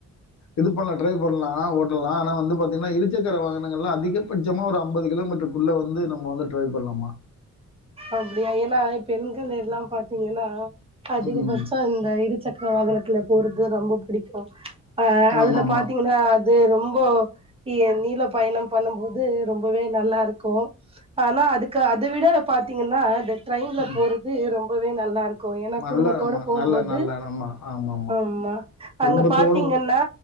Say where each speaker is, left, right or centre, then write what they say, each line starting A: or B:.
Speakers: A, on the left (about 65°); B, on the right (about 20°).
A: இது பண்லா ட்ரைவ் பண்லா ஓட்டலா ஆனா வந்து பாத்தீங்கன்னா இரு சக்கர வாகனங்கள்லா அதிகபட்சமா ஒரு அம்பது கிலோமீட்டருக்குள்ள வந்து நம்ம வந்து ட்ரைவ் பண்லாம்மா
B: அப்டியா ஏன்னா பெண்கள் எல்லாம் பாத்தீங்கன்னா அதிகபட்ச
A: ம்
B: இந்த இருசக்கர வாகனத்துல போற அது ரொம்ப புடிக்கு ஆ அதுல
A: ஆமாம் ஆமாம்
B: பாத்தீங்கன்னா அது ரொம்பொ நீ நீள பயணம் பண்ணும்போது ரொம்பவே நல்லா இருக்கு ஆனா அதுக்கு அத விட பாத்தீங்கன்னா இது ட்ரெயின்ல
A: ம்
B: போறது ரொம்பவே நல்லா இருக்கு ஏன்னா
A: நல்லா
B: குடும்பத்தோட
A: ஆமாம்
B: போம்போது
A: நல்ல நல்ல ஆமாம் ஆமாம் ஆமாம்
B: ஆமா
A: குடும்பத்தோடும்
B: அங்க பாத்தீங்கன்னா